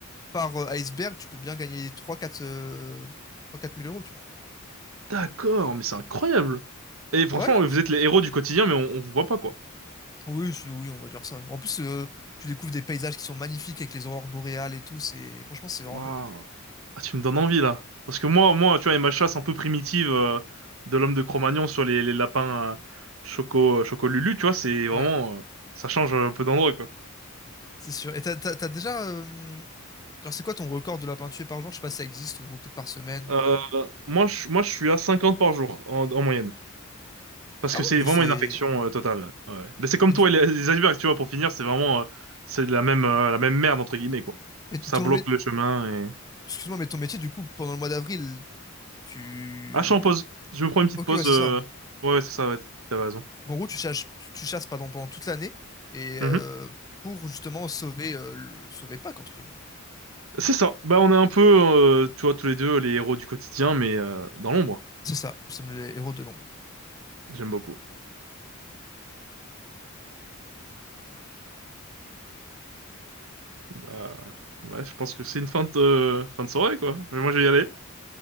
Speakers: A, on the left; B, on the right.
A: par euh, iceberg, tu peux bien gagner trois quatre euh, trois quatre mille euros, tu
B: D'accord, mais c'est incroyable! Et franchement,
A: vois. Ouais, franchement.
B: vous êtes les héros du quotidien, mais on, on vous voit pas quoi.
A: Oui, c'est- oui, on va dire ça. En plus, euh, tu découvres des paysages qui sont magnifiques avec les aurores boréales et tout. C'est, franchement, c'est vraiment
B: Waouh.
A: beau.
B: Ah, tu me donnes envie là. Parce que moi, moi, tu vois, et ma chasse un peu primitive euh, de l'homme de Cro-Magnon sur les, les lapins euh, Choco, euh, Choco Lulu, tu vois, c'est vraiment,
A: Ouais,
B: euh, ça change un peu d'endroit quoi.
A: c'est sûr. Et t'as, t'as- t'as déjà, euh, genre, c'est quoi ton record de lapin tué par jour? Je sais pas si ça existe ou, ou peut-être par semaine. ou-
B: Euh, moi, je, moi, je suis à 50 par jour en, en moyenne. Parce
A: Ah
B: que
A: oui,
B: c'est
A: mais
B: vraiment
A: c'est,
B: une infection euh, totale. Ouais. ouais. Mais c'est comme
A: mais
B: toi
A: du-
B: et les, les icebergs, tu vois, pour finir, c'est vraiment, euh, c'est la même, euh, la même merde entre guillemets quoi.
A: mais ton
B: Ça bloque
A: mé-
B: le chemin et.
A: excuse-moi, mais ton métier, du coup, pendant le mois d'avril, Tu...
B: Ah, je suis en pause. Je me prends une petite
A: Ok,
B: pause.
A: ouais, c'est
B: euh,
A: ça. ouais.
B: Ouais, ouais, c'est ça. Ouais, t'avais raison.
A: En gros, tu chasses, tu, tu chasses pardon, pendant toute l'année et
B: Mhm.
A: euh, pour justement sauver, euh, le... sauver Pâques, entre guillemets.
B: C'est ça. Bah, on est un peu, euh, tu vois, tous les deux les héros du quotidien, mais euh, dans l'ombre.
A: C'est ça, nous sommes les héros de l'ombre.
B: J'aime beaucoup. Bah, ouais, je pense que c'est une fin de, euh, fin de soirée, quoi. Mais moi, je vais y aller.